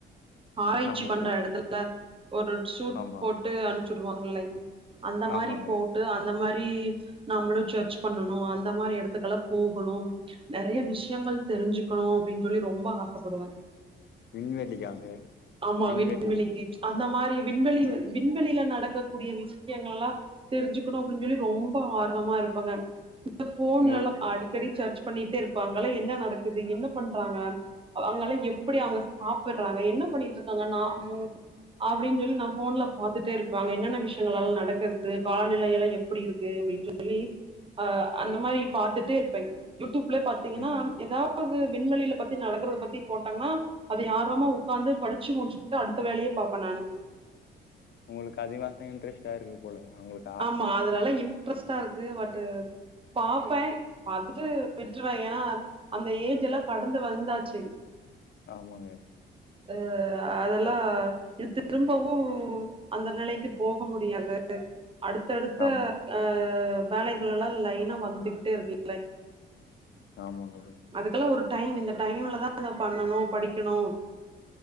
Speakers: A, on the right (about 25°); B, on the left (about 60°).
A: ஆராய்ச்சி
B: ஆமாங்க
A: பண்ற எடத்துல ஒரு சூட்
B: ஆமா
A: போட்டு அனுப்சிடுவாங்கல்லே அந்த
B: ஆமாங்க
A: மாரி போ டு அந்த மாரி நம்மளு சர்ச் பண்ணணு அந்த மாரி இடத்துக்கலா போகணு நெறய விஷயங்கள் தெரிஞ்சுக்கணு அப்டின் சொல்லி ரொம்ப ஆசைப்படுவ
B: விண்வெளிக்காங்க
A: ஆமா
B: விண்வெளி
A: விண்வெளிக்கி அந்த மாரி விண்வெளி விண்வெளில நடக்கக் கூடிய விஷயங்கள்லா தெரிஞ்சுக்கணு அப்டின் சொல்லி ரொம்ப ஆர்வமா இருப்பாங்க இந்த ஃபோன்லல்லா
B: உங்களு
A: அடி அடிக்கடி சர்ச் பண்ணிட்டே இருப்பாங்களே என்ன நடக்குது என்ன பண்றாங்க அவங்கல்லா எப்டி அவங்க சாப்டுறாங்க என்ன பண்ணிட்டு இருக்காங்க நா அப்டின் சொல்லி நா ஃபோன்ல பாத்துட்டே இருப்பாங்க என்னென்ன விஷயங்களா நடக்குது காலநிலையல்லா எப்டி இருக்கு அப்டின் சொல் ழி அந்த மாரி பாத்துட்டு இருப்பேங்க யூடியூப்ல பாத்தீங்கனா
B: ம்
A: எதா வது விண்வெளில பத்தி நடக்குறத பத்தி போட்டாங்கனா அத ஆர்வமா உக்காந்து படிச்சு முடிச்சுட்டுதா அடுத்த வேலய பாப்ப நானு
B: உங்களுக்கு அதுதா இப்ப இன்ட்ரெஸ்டா இருக்கு போல அவங்களுக்கு
A: ஆமா அதுனால இன்ட்ரெஸ்ட்டா இருக்கு பட்டு் பாப்பே பாத்துட்டு விட்ருவ ஏனா அந்த ஏஜ் எல்லா கடந்து வந்தாச்சு
B: ஆமாங்க
A: அ அதெல்லா இது திரும்பவு அந்த நிலைக்கு போக முடியாது அடுத்தடுத்த
B: ஆமா
A: அ வேலைகள் எல்லா லைனா வந்துகிட்டே இருக்கு
B: ஆமாங்க
A: அதுக்கெல்லா ஒரு டைம் இந்த டைம்லதா அத பண்ணணு படிக்கணு